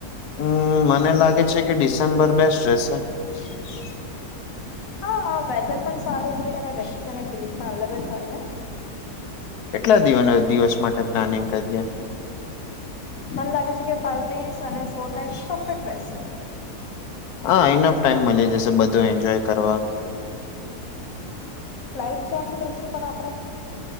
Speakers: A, on the left; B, on the left.
A: હમ મને લાગે છે કે ડિસેમ્બર બેસ્ટ રહેશે.
B: શ. હા હા વેધર પણ સારું હોય અને વેકેશનની ફિલિંગ પણ અલગ જ હોય ને.
A: કેટલા દ દિવસ માટે પ્લાનિંગ કરીએ.
B: મને લાગે છે કે ફાઈવ ડેસ અને ફોર નાટફે રહેસે.
A: હા ઇનફ ટાઈઇમ મળી જશે બધું એન્જોય કરવા.
B: ફ્લાઇટ ક્યાંથી લઈશું પણ આપડણે.